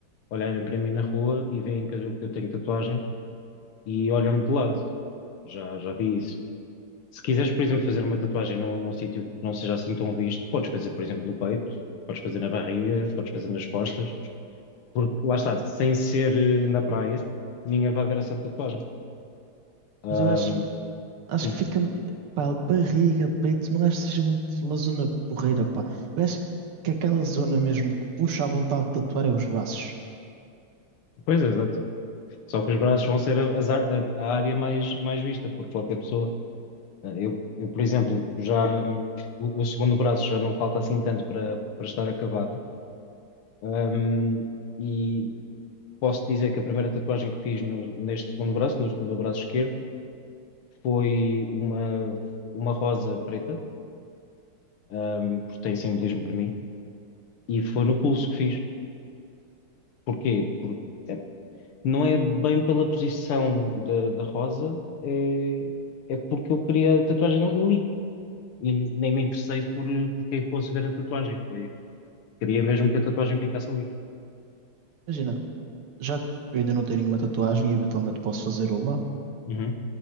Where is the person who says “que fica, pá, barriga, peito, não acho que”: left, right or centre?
Right